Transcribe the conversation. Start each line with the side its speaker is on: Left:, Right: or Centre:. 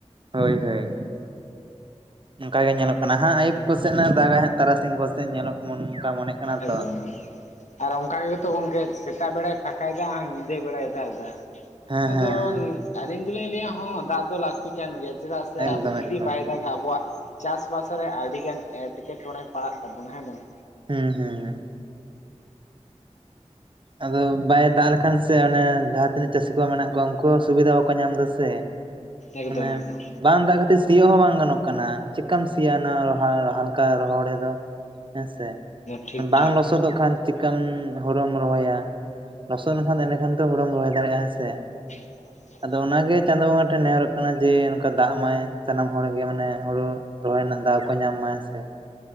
Right: ᱦᱳᱭ ᱦᱳᱭ᱾ ᱚᱝᱠᱟ ᱜᱮ ᱧᱮᱞᱚᱜ ᱠᱟᱱᱟ ᱦᱟᱸᱜ ᱟᱭᱩᱵ ᱠᱚᱥᱮᱜ ᱱᱟᱜ ᱮ ᱫᱟᱜᱟᱭ ᱦᱟᱸᱜ ᱛᱟᱨᱟᱥᱤᱧ ᱠᱚ ᱥᱮᱡ ᱧᱮᱞᱚᱜ ᱱᱚᱝᱠᱟ ᱢᱚᱱᱮᱜ ᱠᱟᱱᱟ
Left: ᱮᱠᱫᱚᱢ
Right: ᱛᱚ᱾
Left: ᱟᱨ ᱚᱱᱠᱟ ᱜᱮᱛᱚ ᱜᱚᱝᱠᱮ ᱥᱮᱛᱟᱜ ᱵᱮᱲᱟᱭ ᱯᱷᱟᱸᱠᱟᱭ ᱫᱟ ᱟᱨ ᱧᱤᱫᱟᱹ ᱵᱮᱲᱟᱭ ᱫᱟᱜ ᱫᱟ
Right: ᱦᱮᱸ
Left: ᱟᱫᱚ
Right: ᱦᱮᱸ
Left: ᱟᱹᱞᱤᱧ ᱫᱚᱞᱤᱧ ᱞᱟᱹᱭᱟ ᱦᱚᱸ ᱫᱟᱜ ᱫᱚ ᱞᱟᱹᱠᱛᱤ ᱠᱟᱱ ᱜᱮᱭᱟ ᱪᱮᱫᱟᱜ ᱥᱮ
Right: ᱮᱠᱫᱚᱢ
Left: ᱟᱵᱚ ᱡᱩᱫᱤ
Right: ᱮᱠᱫᱚᱢ
Left: ᱵᱟᱭ ᱫᱟᱜᱟ ᱟᱵᱚᱣᱟᱜ ᱪᱟᱥ ᱵᱟᱥ ᱨᱮ ᱟᱹᱰᱤ ᱜᱟᱱ ᱮᱴᱠᱮ ᱴᱚᱬᱮ ᱯᱟᱲᱟᱜ ᱛᱟᱵᱚᱱᱟ ᱦᱮᱸ ᱵᱟᱝ?
Right: ᱦᱩᱸ ᱦᱩᱸ ᱟᱫᱚ ᱵᱟᱭ ᱫᱟᱜ ᱞᱮᱠᱷᱟᱱ ᱥᱮ ᱚᱱᱮ ᱡᱟᱦᱟᱸ ᱛᱤᱱᱟᱹᱜ ᱪᱟᱹᱥᱤ ᱠᱚ ᱢᱮᱱᱟᱜ ᱠᱚᱣᱟ ᱩᱱᱠᱩ ᱥᱩᱵᱤᱫᱷᱟ ᱵᱟᱠᱚ ᱧᱟᱢ ᱫᱟ ᱥᱮ᱾
Left: ᱮᱠᱫᱚᱢ
Right: ᱢᱟᱱᱮ
Left: ᱮᱠᱫᱚᱢ
Right: ᱵᱟᱝ ᱫᱟᱜ ᱠᱷᱟᱹ ᱛᱮ ᱥᱤᱭᱳᱜ ᱦᱚᱸ ᱵᱟᱝ ᱜᱟᱱᱚᱜ ᱠᱟᱱᱟ ᱪᱮᱜᱠᱟᱢ ᱥᱤᱭᱟ ᱚᱱᱟ ᱞᱚᱦᱟ ᱦᱟᱞᱠᱟ ᱨᱚᱦᱚᱲ ᱮᱫᱟ᱾ ᱦᱮᱸᱥᱮ
Left: ᱴᱷᱤᱠ
Right: ᱵᱟᱝ
Left: ᱴᱷᱤᱠ
Right: ᱞᱚᱥᱚᱫᱚᱜ ᱠᱷᱟᱱ ᱪᱤᱜᱠᱟᱢᱻ ᱦᱳᱲᱳᱢ ᱨᱚᱦᱚᱭᱟ ᱞᱚᱥᱚᱫ ᱞᱮᱱᱠᱷᱟᱱ ᱮᱱᱮᱠᱷᱟᱱ ᱛᱚ ᱦᱳᱲᱚᱢ ᱨᱚᱦᱚᱭ ᱫᱟᱨᱮᱜ-ᱟ ᱦᱮᱸ ᱥᱮ᱾
Left: <unintelligible>
Right: ᱟᱫᱚ ᱚᱱᱟᱜᱮ ᱪᱟᱸᱫᱳ ᱵᱚᱸᱜᱟ ᱴᱷᱮᱱ ᱱᱮᱦᱚᱨᱚᱜ ᱠᱟᱱᱟ ᱡᱮ ᱱᱚᱝᱠᱟ ᱫᱟᱜ ᱢᱟᱭ ᱥᱟᱱᱟᱢ ᱦᱚᱲ ᱜᱮ ᱢᱟᱱᱮ ᱦᱳᱲᱳ ᱨᱚᱦᱚᱭ ᱨᱮᱱᱟᱜ ᱫᱟᱣ ᱠᱚ ᱧᱟᱢ ᱢᱟ ᱦᱮᱸᱥᱮ᱾